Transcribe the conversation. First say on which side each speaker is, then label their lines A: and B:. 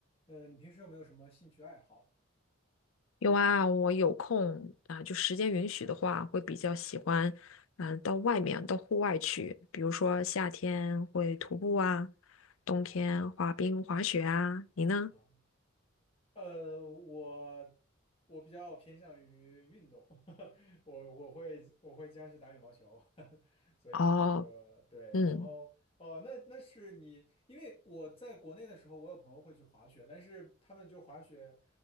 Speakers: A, on the left; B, on the left.
A: 呃，你平时有没有什么兴趣爱好？
B: 有啊，我有空啊，就时间允许的话，会比较喜欢，嗯、到外面，到户外去，比如说夏天会徒步啊，
A: 嗯，明白
B: 冬天滑冰、滑雪啊。你呢？
A: 啊。呃，我我比较偏向于运动，<laughs> 我我会我会经常去打羽毛球，<laughs> 所以这个对。
B: 哦，嗯
A: 然后哦，那那是你，因为我在国内的时候，我有朋友会去滑雪，但是他们就滑雪，